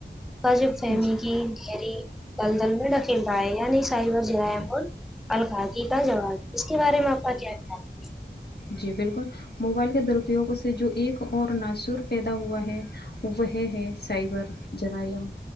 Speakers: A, in the centre; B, on the left.
A: کاجب فہمی
B: جی
A: کی گہری دلدل میں ڈھکیل رہ ہے یعنی سائبر رم
B: جی
A: القادی کا جواب اس کے بارے میں آپ کا کیا خیال ہے
B: جی بالکل موبائل کے درپیوگ سے جو ایک اور ناصور پیدا ہوا ہے وہ ہیں ہیں سائبر جرائم